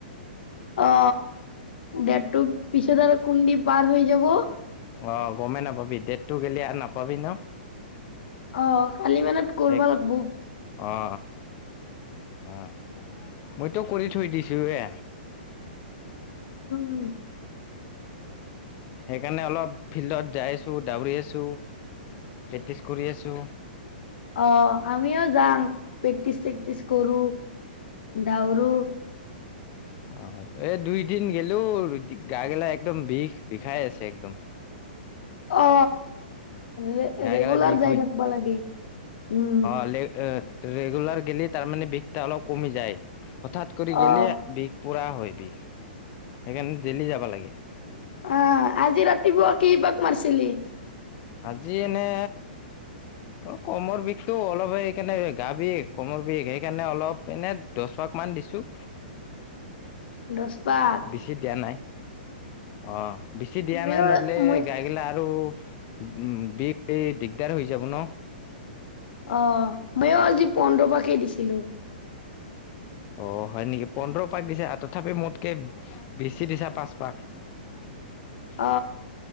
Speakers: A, on the left; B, on the left.
A: অ ডেতটো পিছত আৰু কুন্দি পাৰ হৈ যাব
B: অ গমেই নাপাবি ডেটটো গ'লে আৰু নাপাবি ন।
A: অ কালি মানত কৰিবা
B: সেই
A: লাগব।
B: অ অ, মইতো কৰি থৈ দিছো এ।
A: উম।
B: সেইকাৰণে অলপ ফিল্ডত যাই আছো, দউৰি আছো, প্ৰেক্টিচ কৰি আছো।
A: অ আমিও যাং, প্ৰেক্টিচ প্ৰেক্টিচ কৰো, দউৰো
B: অ হয়। এই দুইদিন গেলোঁ গা গেলা একদম বিষ বিষাই আছে একদম।
A: অ ৰে-ৰেগুলাৰ
B: গা গেলা বিষ
A: যাই থাকিব লাগে। উম।
B: ৰে-ৰেগুলাৰ গেললে তাৰমানে বিষটা অলপ কমি যায়। হঠাৎ কৰি গেললে
A: অ
B: বিষ পুৰা হয় বিষ, সেইকাৰণে দেলি যাব লাগে।
A: অ আজি ৰাতিপুৱা কি বাক মাৰছিলি?
B: আজি এনে অ কমৰ বিষটো অলপ সেইকাৰণে গা বিষ কমৰ বিষ সেইকাৰণে অলপ এনে দহপাকমান দিছো।
A: দস পাক।
B: বেছি দিয়া নাই। অ, বেছি দিয়া
A: ময়ো
B: নাই নদলে
A: মই
B: গাই গিলা আৰু উ বি এই দিগদাৰ হৈ যাব ন।
A: অ ময়ো আজি পোন্ধৰ পাকে দিছিলো।
B: অ হয় নেকি? পোন্ধৰ দিছো তথাপি মোতকে বেছি দিছা পাঁচ পাক। <unintelligible>
A: অ।